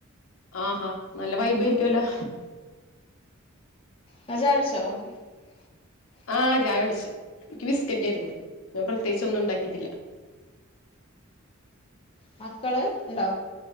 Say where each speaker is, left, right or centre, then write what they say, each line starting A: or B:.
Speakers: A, on the left; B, on the left.
A: ആഹാ നല്ല വൈബ് ആയിരിക്കുവല്ലോ
B: ഹജർ സോ <unintelligible>
A: ആ ചായ പിടിച്ചു എനിക്ക് ബിസ്ക്കറ്റ് ആയിരുന്നു ഞാൻ പ്രത്യേകിച്ച് ഒന്നും ഉണ്ടാക്കിട്ടില്ല
B: മക്കള് ഉണ്ടോ